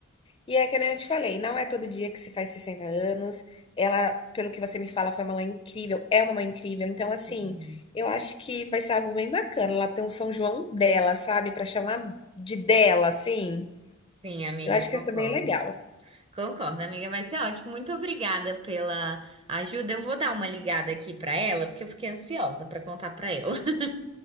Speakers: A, on the left; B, on the right.
A: E é que nem eu te falei, não é todo dia que se faz 60 anos. Ela, pelo que você me fala, foi uma mãe incrível, é uma mãe incrível. Então, assim,
B: Uhum.
A: eu acho que vai ser algo bem bacana. Ela tem um São João dela, sabe? Pra chamar de dela, assim.
B: Sim, amiga,
A: Eu acho
B: eu concordo.
A: que ia ser bem legal.
B: Concordo, amiga, mas é ótimo. Muito obrigada pela ajuda. Eu vou dar uma ligada aqui pra ela, porque eu fiquei ansiosa pra contar pra ela. <laughs>